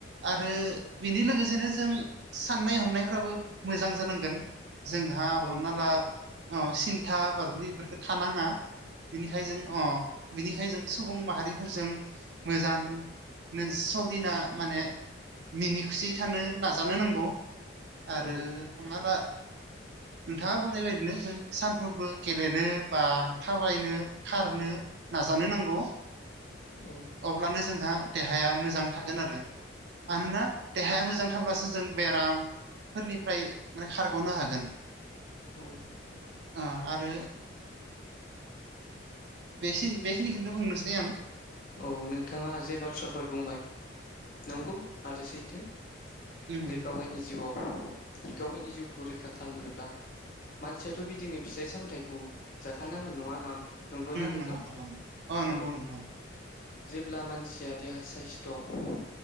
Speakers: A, on the right; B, on the left.
A: आरो बेनि लोगोसेनो जों साननाय हनायफ्राबो मोजां जानांगोन। जोंहा
B: औ
A: हमना ला सिन्था बारबै बेफोरखौ थानाङा। बिनिखायनो जों अ बिनिखाय जों सुबुं माहारिफोरजों मोजां स' दिना माने मिनि खुसियै थानो नाजानो नांगौ। आरो
B: औ
A: हमना ला नोंथाङा बुंनाय बायदिनो जों सानफ्रोमबो गेलेनो बा थाबायनो खारनो नाजानो नांगौ।
B: औ
A: अब्लानो जोंहा देहाया मोजां थागोन आरो। मानोना देहाया मोजां थाब्लासो जों बेरामफोरनिफ्राय माने खारग'नो हागोन।
B: औ
A: दा आरो बे बेखिनिखौनो बुंनोसै आं
B: औ नोंथाङा जे बाथ्राफोर बुंबाय नंगौ आरो सैथो जै
A: उम
B: गाव- गावनि जिउआव गाव -गावनि जिउखौ रैखा खालामनोब्ला मानसियाथ' बिदिनो फिथाइ- सामथायाइखौ जाखानांगौ नङा ना नंगौना
A: उम
B: नोंथां?
A: नंगौ नंगौ अ नंगौ
B: औ
A: नोंथां
B: जेब्ला मानसिया देहा साइस्थ' गाव